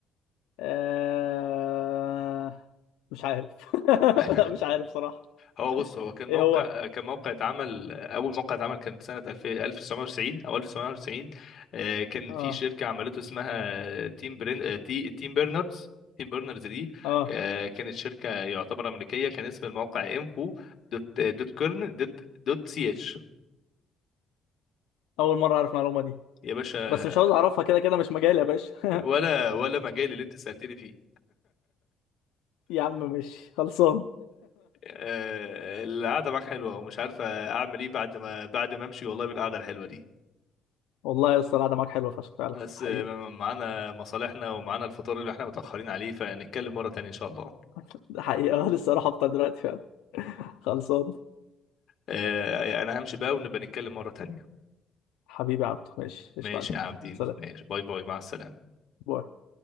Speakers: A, on the left; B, on the left.
A: آه... مش عارف <laughs>
B: <laughs>
A: لا مش عارف صراحه
B: هو بص هو كان موقع
A: ايه هو
B: كان موقع اتعمل اول موقع اتعمل كان سنه 2000 1990 او 1990 آه، كان
A: اه
B: في شركه عملته اسمها تيم برين آه، تي تيم بيرنرز تيم بيرنرز دي
A: اه
B: آه، كانت شركه يعتبر امريكيه كان اسم الموقع انفو دوت آه، دوت كيرن دوت دوت سي اتش
A: اول مره اعرف المعلومه دي
B: يا باشا
A: بس مش عاوز اعرفها كده كده مش مجالي يا باشا
B: ولا
A: <laughs>
B: ولا مجال اللي انت سالتني فيه
A: يا عم ماشي خلصان
B: آه، القعده معاك حلوه ومش عارف اعمل ايه بعد ما بعد ما امشي والله من القعده الحلوه دي
A: <laughs> والله يا اسطى القعده معاك حلوه فشخ فعلا
B: بس
A: حقيقه
B: معانا مصالحنا ومعانا الفطار اللي احنا متأخرين عليه فنتكلم مرة تانية ان شاء الله
A: <laughs> ده حقيقه لسه اروح افطر دلوقتي فعلا خلصان
B: آه، يعني انا همشي بقى ونبقى نتكلم مرة تانية
A: حبيبي يا عبدو ماشي قشطه
B: ماشي
A: عليك
B: يا عابدين
A: سلام
B: ماشي باي باي مع السلامة
A: باي